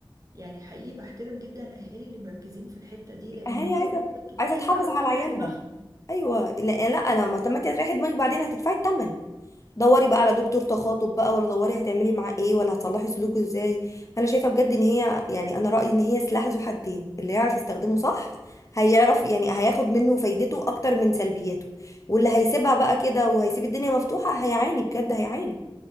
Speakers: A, on the right; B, on the left.
A: يعني حقيقي بحترم جدا الأهالي اللي مركزين في الحتة دي لأن
B: هي
A: في
B: عايزه
A: أمهات كتير
B: عايزه تحافظ
A: عاوزة
B: على
A: تريح
B: عيالها
A: دماغها
B: ايوه لا, لا انا ما طب ما انت هتريحي دماغك بعدين هتدفعي الثمن دوري بقى على دكتور تخاطب بقى ولا دوري هتعملي معاه ايه ولا هتصلحي سلوكه ازاي انا شايفه بجد ان هي يعني انا رايي ان هي سلاح ذو حدين اللي يعرف يستخدمه صح هيعرف يعني هياخد منه فايدته اكتر من سلبياته واللي هيسيبها بقى كده وهيسيب الدنيا مفتوحه هيعاني بجد هيعاني